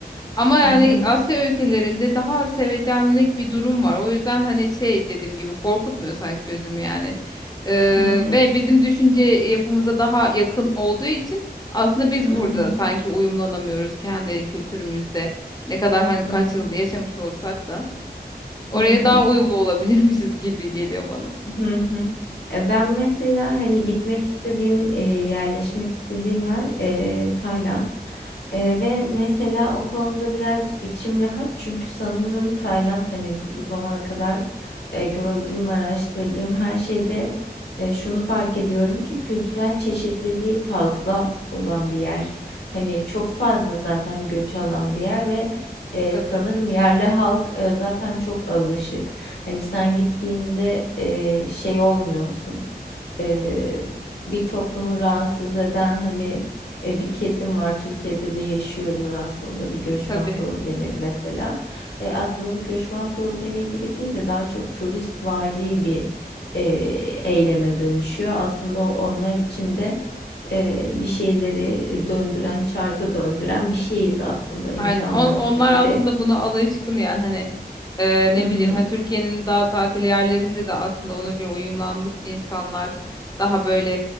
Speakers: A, on the left (about 25°); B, on the left (about 85°).
A: Ama yani
B: hı hı,
A: Asya ülkelerinde daha sevecenlik bir durum var. O yüzden hani şey dediğim gibi korkutmuyor sanki gözümü yani. Ee,
B: hı hı,
A: ve bizim düşünce yapımıza daha yakın olduğu için aslında biz
B: hı
A: burada
B: hı,
A: sanki uyumlanamıyoruz kendi kültürümüzde. Ne kadar hani
B: hı
A: kaç
B: hı,
A: yıl yaşamış olsak da oraya
B: hı hı.
A: daha uyumlu olabilirmişiz gibi geliyor bana.
B: Hı hı. Ya ben mesela hani gitmek istediğim, eee, yerleşmek istediğim yer eee, Tayland. Eee, ve mesela o konuda birazcık içim rahat çünkü sanırım Tayland hani bu, bu zamana kadar eee, gördüğüm, araştırdığım her şeyde eee, şunu fark ediyorum ki kültürel çeşitliliği fazla olan bir yer. Hani çok fazla zaten göç alan bir yer ve eee,
A: Tabii,
B: sanırım yerli halk eee, zaten çok alışık. Hani sen gittiğinde eee, şey olmuyorsun eee, bir toplumu rahatsız eden hani e, bir kesim var. Türkiye'de de yaşıyoruz aslında bir göçmen
A: tabii.
B: problemi mesela. E, aslında bu göçmen problemi gibi değil de daha çok turistvari bir e, eyleme dönüşüyor. Aslında onlar için de e, bir şeyleri döndüren, çarkı döndüren bir şeyiz aslında insanlarısı
A: Aynen. On- onlar
B: gibi.
A: aslında buna alışkın yani hani Eee, ne
B: Hı hı,
A: bileyim hani Türkiye'nin daha tatil yerlerinde de aslında ona göre uyumlanmış insanlar daha böyle